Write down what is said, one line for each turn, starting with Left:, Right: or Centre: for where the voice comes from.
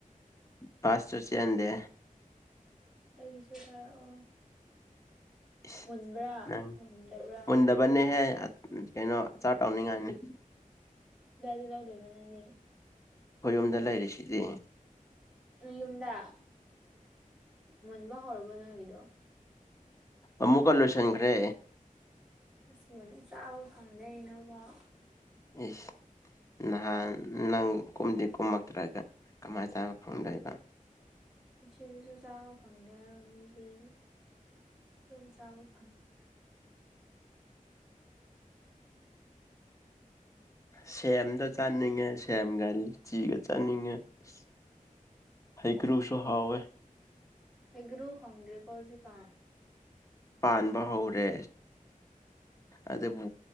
Left: ꯕꯥꯁꯁꯨ ꯆꯦꯟꯗꯦ
Centre: ꯑꯩꯒꯤꯁꯨ ꯊꯥꯔꯛꯑꯣ
Left: ꯪ ꯏꯁ
Centre: ꯃꯨꯟꯕ꯭ꯔꯥ
Left: ꯅꯪ
Centre: ꯃꯨꯟꯗꯕ꯭ꯔꯥ
Left: ꯃꯨꯟꯗꯕꯅꯦꯍꯦ ꯀꯩꯅꯣ ꯑꯆꯥꯔ ꯇꯧꯅꯤꯡꯉꯥꯏꯅꯤ
Centre: ꯀꯗꯥꯏꯗ ꯂꯧꯗꯣꯏꯕ ꯅꯪꯗꯤ
Left: ꯑꯩ ꯌꯨꯝꯗ ꯂꯩꯔꯤꯁꯤꯗꯤ ꯎꯝ
Centre: ꯌꯨꯝꯗ ꯃꯨꯟꯕ ꯍꯧꯔꯕꯣ ꯅꯣꯏꯒꯤꯗꯣ
Left: ꯑꯃꯨꯛꯀ ꯂꯣꯏꯁꯟꯒ꯭ꯔꯦ
Centre: ꯑꯁ ꯃꯨꯟ ꯆꯥꯕ ꯐꯪꯗꯦ ꯍꯩꯅꯧꯕꯧ
Left: ꯏꯁ ꯅꯍꯥꯟ ꯅꯪ ꯀꯨꯝꯗꯤ ꯀꯨꯝꯃꯛꯇ꯭ꯔꯒ ꯀꯃꯥꯏꯅ ꯆꯥꯕ ꯐꯪꯗꯣꯏꯕ
Centre: ꯁꯤꯗꯁꯨ ꯆꯥꯕ ꯐꯪꯗꯦ ꯍꯥꯏꯕ ꯃꯤꯗꯤ ꯇꯕꯨ ꯆꯥꯕ ꯐꯪꯉꯤꯗꯅ
Left: ꯁꯦꯝꯗꯣ ꯆꯥꯅꯤꯡꯉꯦ ꯁꯦꯝꯒꯥ ꯂꯤꯆꯤꯒ ꯆꯥꯅꯤꯡꯉꯦ ꯑꯁ ꯍꯩꯀ꯭ꯔꯨꯁꯨ ꯍꯥꯥꯎꯋꯦ
Centre: ꯍꯩꯒ꯭ꯔꯨ ꯐꯪꯗ꯭ꯔꯦꯀꯣ ꯍꯧꯖꯤꯛꯀꯥꯟ
Left: ꯄꯥꯟꯕ ꯍꯧꯔꯦ ꯑꯗꯨꯕꯨ